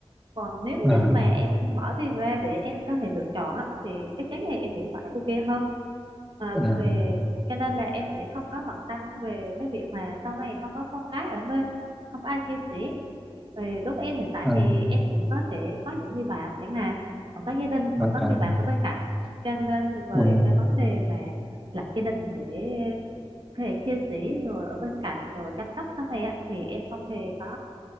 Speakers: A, on the right; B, in the centre.
A: còn nếu
B: à
A: như mà em bỏ tiền ra để em có thể lựa chọn á thì chắc chắn thì em nghĩ phải ok hơn à,
B: à
A: về cho nên là em sẽ không có bận tâm về cái việc mà sau này không có con cái ở bên không có ai chia sẻ về đối với em hiện tại
B: à
A: thì em cũng có thể có những người bạn chẳng hạn còn có gia đình còn
B: à,
A: có
B: à,
A: người bạn ở bên cạnh cho nên về
B: ừ.
A: cái vấn đề mà lập gia đình để thể chia sẻ rồi ở bên cạnh rồi chăm sóc sau này á thì em không hề có